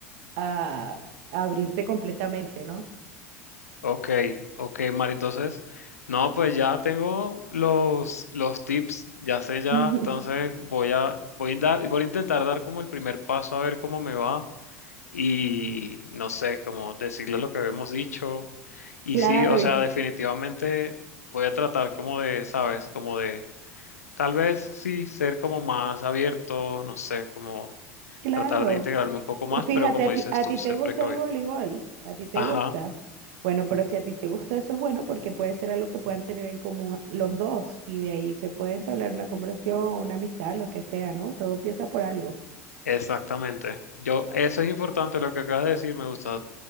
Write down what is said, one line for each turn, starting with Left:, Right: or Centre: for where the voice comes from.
Right: a, a abrirte completamente, ¿no?
Left: Ok, ok, Mari. Entonces, no, pues ya tengo los, los tips, ya sé ya.
Right: <laughs>
Left: Entonces, voy a, voy a dar, voy a intentar dar como el primer paso a ver cómo me va. y no sé, como decirle lo que habíamos dicho. Y
Right: Claro,
Left: sí, o sea,
Right: y-
Left: definitivamente voy a tratar como de, ¿sabes? Como de, tal vez sí, ser como más abierto, no sé, como
Right: claro.
Left: tratar de integrarme un poco más,
Right: Y fíjate,
Left: pero como
Right: a
Left: dices
Right: ti, a
Left: tú,
Right: ti
Left: ser
Right: te gusta
Left: precavido.
Right: el voleibol, a ti te
Left: Ajá,
Right: gusta. Bueno, pero si a ti te gusta eso es bueno porque puede ser algo que puedan tener en común los dos y de ahí se puede entablar una conversación, una amistad, lo que sea, ¿no? Todo empieza por algo.
Left: exactamente. Yo, eso es importante, lo que acabas de decir, me gusta.